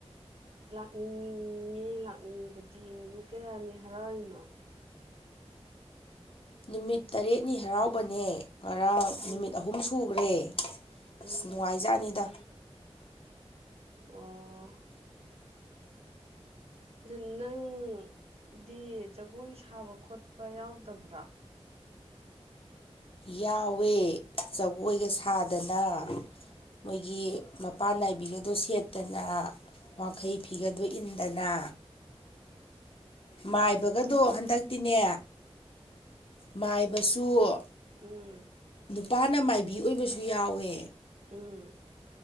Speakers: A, on the right (about 65°); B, on the left (about 55°).
A: ꯂꯥꯛꯅꯤꯡꯉꯦ ꯂꯥꯛꯅꯤꯡꯕꯗꯤ ꯅꯨꯃꯤꯠ ꯀꯌꯥꯅꯤ ꯍꯔꯥꯎꯔꯤꯅꯣ
B: ꯅꯨꯃꯤꯠ ꯇꯔꯦꯠꯅꯤ ꯍꯔꯥꯎꯕꯅꯦ ꯉꯔꯥꯡ
A: ꯎꯝ
B: ꯅꯨꯃꯤꯠ ꯑꯍꯨꯝ ꯁꯨꯒ꯭ꯔꯦ <unintelligible> ꯑꯁ
A: ꯎꯝ
B: ꯅꯨꯡꯉꯥꯏꯖꯥꯅꯤꯗ
A: ꯑꯣ ꯗꯨ ꯅꯪꯗꯤ ꯖꯒꯣꯏ ꯁꯥꯕ ꯈꯣꯠꯄ ꯌꯥꯎꯗꯕ꯭ꯔꯣ
B: ꯌꯥꯎꯋꯦ ꯖꯒꯣꯏꯒ ꯁꯥꯗꯅ ꯃꯣꯏꯒꯤ ꯃꯄꯥꯟ ꯅꯥꯏꯕꯤꯒꯗꯣ ꯁꯦꯠꯇꯅ ꯋꯥꯡꯈꯩ ꯐꯤꯒꯗꯣ ꯏꯟꯗꯅ ꯃꯥꯏꯕꯒꯗꯣ ꯍꯟꯗꯛꯇꯤꯅꯦ ꯃꯥꯏꯕꯁꯨ
A: ꯎꯝ
B: ꯄꯥꯅ ꯃꯥꯏꯕꯤ ꯑꯣꯏꯕꯁꯨ ꯌꯥꯎꯋꯦ
A: ꯎꯝ